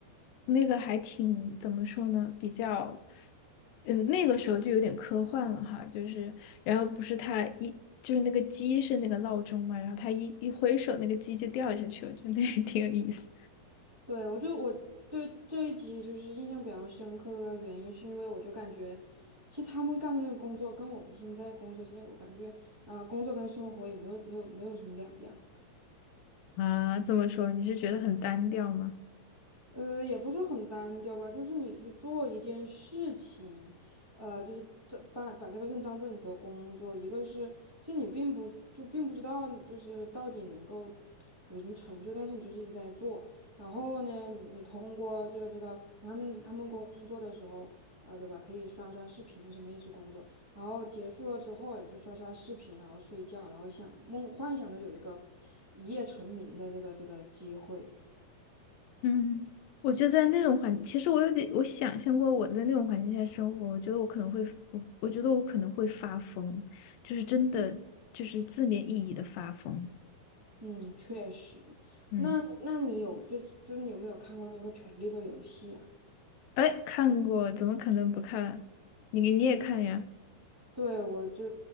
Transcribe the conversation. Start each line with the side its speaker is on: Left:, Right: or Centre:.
Left: 那个还挺，怎么说呢，比较，嗯，那个时候就有点科幻了哈，就是，然后不是他一，就是那个鸡是那个闹钟嘛，然后他一一挥手，那个鸡就掉下去了，就那个 <laughs> 挺有意思。
Right: 对，我就我对这一集就是印象比较深刻的原因，是因为我就感觉，其实他们干的那个工作跟我们现在工作，现在我感觉，啊，工作跟生活也没有没有没有什么两样。
Left: 啊，这么说你是觉得很单调吗？
Right: 呃，也不是很单调吧，就是你去做一件事情，呃，就是这把把这个事情当做你的工作。一个是，其实你并不就并不知道，就是到底能够有什么成就，但是你就是一直在做。然后呢，你通过这个这个他们他们工作的时候，呃，对吧？可以刷刷视频什么一直工作，然后结束了之后也就刷刷视频，然后睡觉，然后想梦幻想着有一个一夜成名的这个这个机会。
Left: 嗯，我觉得在那种环，其实我有点，我想象过我在那种环境下生活，我觉得我可能会，我我觉得我可能会发疯，就是真的，就是字面意义的发疯。
Right: 嗯，确实。
Left: 嗯，
Right: 那那你有就是就是你有没有看过那个《权力的游戏》啊？
Left: 哎，看过，怎么可能不看？你你也看呀？
Right: 对，我就